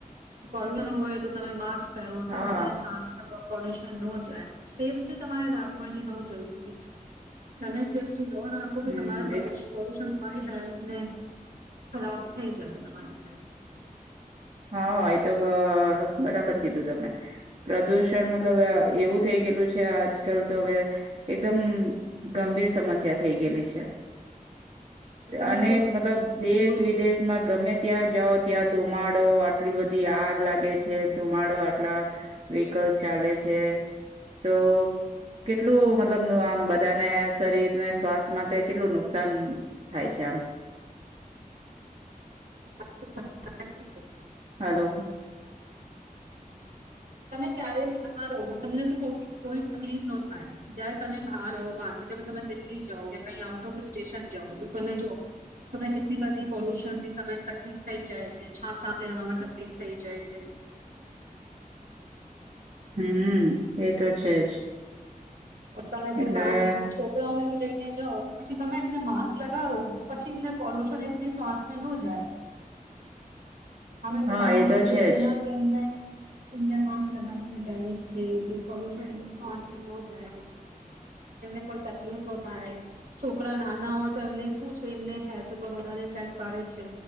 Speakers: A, on the right; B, on the right.
A: પડવાનું હોય તો તમે માર્ક્સ પહે
B: હા
A: તો તમારી સાસ પોલ્યુશન ન જ સેફ્ટી તમારે રાખવાની બઉ જરૂરી છે છે. તમે સેફ્ટી ન રાખો
B: હમ
A: કે તમારે
B: એ
A: પોલ્યુશન તમારી હેલ્થ ને ખરાબ થઈ જશે. મારી સા.
B: હા એ તો બરાબર કીધું તમે પ્રદુષણ મતલબ એવું થઈ ગયલું છે આજકાલ તો હવે એકદમ ગંભીર સમસ્યા થઈ ગયેલી છે.
A: તમે
B: અનેક
A: જો પોલ્યુશન
B: મતલબ દેશ
A: હોય
B: વિદેશમાં ગમે ત્યાં જાઓ ત્યાં ધુંમાડ આટલી બધી આગ લાગે છે ધુમાડો આટલા વ્હકલ્સ ચાલે છે તો કેટલું મતલબ આમ બધાને શરીરને સ્વાસ્થ માટે કેટલું નુકસાન થાય છે આમ.
A: <inaudible>
B: હલો.
A: તમે ક્યારે ન રહો તમને કોઈ તકલીફ ન થાય જયારે તમે બહ જાો માર્કેટ તમે દિલ્લી જા કે ક આઉટ ઓફ સ્ટેશન જાઓ તો તમે જો તમે કેટલી બધી પોલ્યુશન ની તમે જાય છે છાસાવામાં તકલીફ થઈ જાય છે.
B: હમ એ તો છે જ.
A: ઓ મેં
B: એટલે
A: તને બહ નનીતા હ છોકરાઓનેી લઈ જ તો પછી તમે એમને માસ્ક લગાડો પછી એમને પોલ્યુશન એને શ્વાસ ન જાય. હમે તો
B: હા
A: બહાર
B: એ
A: જઈએ છે
B: જ
A: ના તોને એમને માસ્ક લગાવીને જઈએ કે પોલ્યુશનસ લુન એને કોઈ તકલીફ ન થાય છોકરા નાના હોય તો એમને શું છે એમને હેલ્થ પર વધારે ઇફેક્ટ પાડે છે.